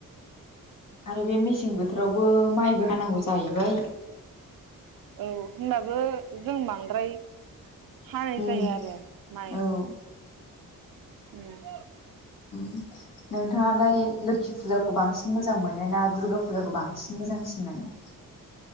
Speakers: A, on the left; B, on the right.
A: आरो बे मेसें बोथोरावबो माइबो हानांगौ जाहैबाय
B: औ होनबाबो जों बांद्राय हानाय
A: उम
B: जायो आरो माइ
A: औ
B: उम।
A: <inaudible> नोंथाङालाय लोखि फुजाखौ बांसिन मोजां मोनो ना दुर्गा फुजाखौ बांसिन मोजांसिन मोनो? <inaudible>